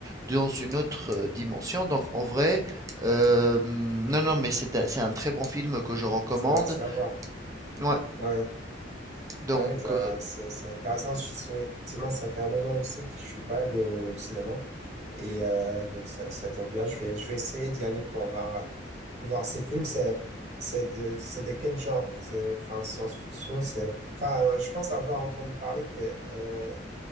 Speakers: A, on the right; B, on the right.
A: dans une autre euh, dimension. Donc en vrai, euh, hmm, non, non, mais c'est un, c'est un très bon film que je recommande.
B: Ça, ça va.
A: Ouais,
B: Ouais.
A: donc
B: Ah oui, bah, c'est c'est intéressant. Je souhaite- effectivement, ça fait un moment aussi que je suis pas allé au cinéma. Et euh, donc, ça, ça tombe bien. Je vais, je vais essayer d'y aller pour voir, pour voir ces films. C'est c'est de, c'est de quel genre? C'est, enfin, science-fiction, c'est... Enfin, euh, je pense avoir entendu parler que... Euh,